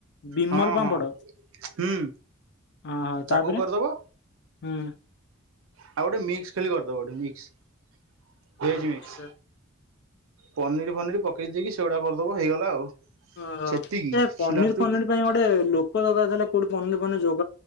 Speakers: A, on the left; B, on the right.
A: ବିମଲ
B: ହଁ
A: ପାମ୍ପଡ
B: ହଁ ହୁଁ
A: ଓହୋ ତାପରେ
B: ତକୁ କରିଦବ
A: ହୁଁ।
B: ଆଉ ଗୋଟେ ମିକ୍ସ ଖାଲି କରିଦବ ଗୋଟେ ମିକ୍ସ ଭେଜ
A: ଆଚ୍ଛା।
B: ମିକ୍ସ ପନିର ଫନିର ପକେଇ ଦେଇକି ସେଗୁଡା କରିଦବ ହେଇଗଲା ଆଉ
A: ଓହୋ
B: ସେତିକି
A: ଏ ପନିର
B: ଲାଷ୍ଟକୁ
A: ଫନିର ପାଇଁ ଗୋଟେ ଲୋକ ଦରକାର ଥିଲା କୋଉଠି ପନିର ଫନିର ଯ